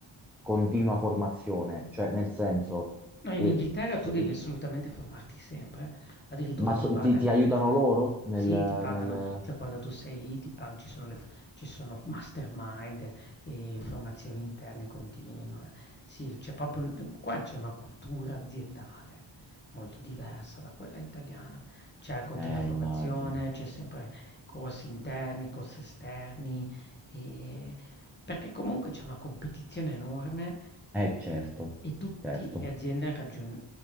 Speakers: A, in the centre; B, on the left.
A: continua formazione? Cioè, nel senso,
B: No, in
A: eh,
B: Inghilterra
A: se-
B: tu devi
A: mm,
B: assolutamente formarti sempre, addirittura
A: ma
B: ti
A: so-
B: pagano.
A: ti, ti aiutano loro nel,
B: Sì, ti pagano,
A: nel-
B: cioè quando tu sei lì ti pagano, ci sono le, f- ci sono mastermind e formazioni interne continue. Sì, c'è proprio, un- qua c'è una cultura aziendale molto diversa da quella italiana. C'è continua
A: Eh,
B: formazione,
A: immagino.
B: c'è sempre corsi interni, corsi esterni, e- perché comunque c'è una competizione enorme
A: Eh, certo,
B: e tutti
A: certo,
B: le aziende ragion